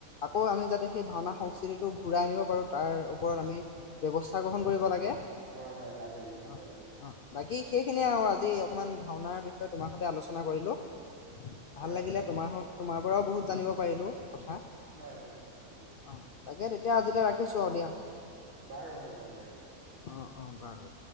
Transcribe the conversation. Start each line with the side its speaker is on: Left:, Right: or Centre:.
Left: আকৌ আমি যাতে সেই ভাওনা সংস্কৃতিটো ঘূৰাই আনিব পাৰো, তাৰ ওপৰত আমি ব্যৱস্থা গ্ৰহণ কৰিব লাগে।
Right: হয়-হয় লাগে। দৈনিক
Left: অ অ বাকী সেইখিনিয়ে আৰু আজি অকমান ভাওনাৰ বিষয়ে তোমাৰ সতে আলোচনা কৰিলো। ভাল
Right: হয়,
Left: লাগিলে তোমাৰ। তোমাৰ পৰাওঁ বহুত জানিব পাৰিলো। কথা
Right: হয়, হয়, উম।
Left: অ তাকে তেতিয়া আজিলৈ ৰাখিছো অ' দিয়া।
Right: বাৰু হ'ব দিয়া অ'।
Left: অঁ, অঁ, বাৰু।